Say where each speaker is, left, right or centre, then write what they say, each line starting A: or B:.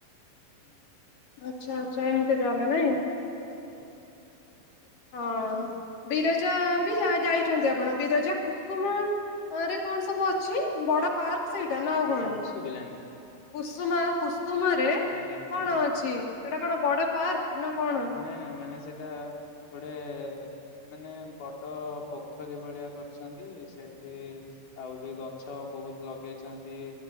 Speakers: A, on the left; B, on the left.
A: ହୁଁ।
B: ଆଚ୍ଛା ଆଛା, ଏମିତି ତାହାଲେ ନାଇଁ।
A: ଆଜ୍ଞା।
B: ହଁ ବିରଜା ବି ଯା ଯାଇଛନ୍ତି ଆପଣ ବିରଜା, କୁସୁମ! ଆ ରେ କଣ ସବୁ ଅଛି, ବଡ ପାର୍କ ସେଇଟା ନା ଆଉ
A: ଆଜ୍ଞା
B: କଣ?
A: ଶୁଭିଲାନି
B: କୁସୁମା କୁସୁମରେ
A: ଆଜ୍ଞା
B: କଣ
A: ଆଜ୍ଞା।
B: ଅଛି ସେଟା କଣ ବଡ ପାର୍କ ନା? କଣ?
A: ନାଇଁ ମାନେ ସେଇଟା ଗୋଟେ ମାନେ ବଡ ପୋଖରୀ ଭଳିଆ କରିଛନ୍ତି, ସେଠି ଆଉ ବି ଗଛ ବହୁତ ଲଗେଇଛନ୍ତି।